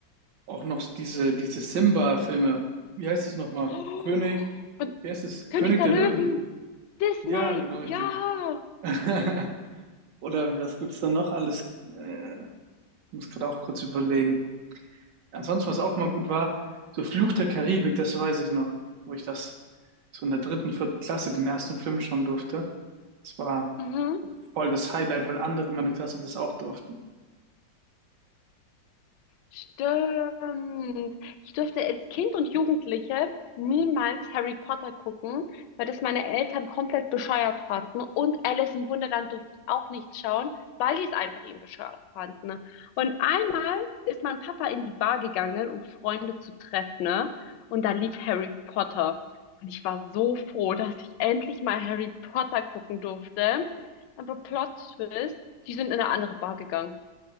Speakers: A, on the right (about 75°); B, on the left (about 80°).
A: auch noch diese, diese Simba-Filme. Wie heißt es nochmal?
B: Oh,
A: König,
B: von
A: wie heißt es?
B: König
A: König
B: der
A: der
B: Löwen.
A: Löwen.
B: Disney.
A: Ja, genau
B: Ja.
A: richtig. <laughs> Oder was gibt's da noch alles? Äh, muss gerade auch kurz überlegen. Ansonsten, was auch mal gut war, so Fluch der Karibik, das weiß ich noch, wo ich das so in der dritten, vierten Klasse den ersten Film schauen durfte. Das war
B: Mhm.
A: so voll das Highlight, weil andere in meiner Klasse das auch durften.
B: Stimmt. Ich durfte als Kind und Jugendliche niemals Harry Potter gucken, weil das meine Eltern komplett bescheuert fanden. Und Alice im Wunderland durfte ich auch nicht schauen, weil die es einfach eben bescheuert fanden. Und einmal ist mein Papa in die Bar gegangen, um Freunde zu treffen. ne? Und da lief Harry Potter. Und ich war so froh, dass ich endlich mal Harry Potter gucken durfte. Aber Plot Twist, die sind in eine andere Bar gegangen.